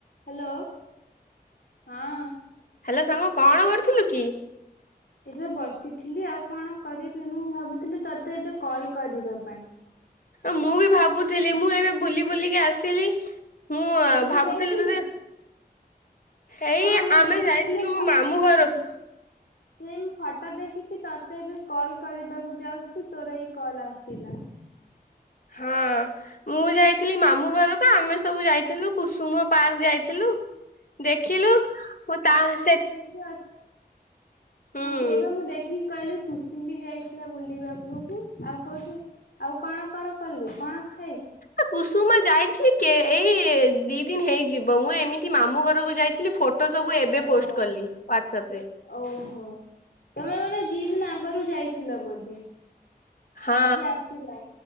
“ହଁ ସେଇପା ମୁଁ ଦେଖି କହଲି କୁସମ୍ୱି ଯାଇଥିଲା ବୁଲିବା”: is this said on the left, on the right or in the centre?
Left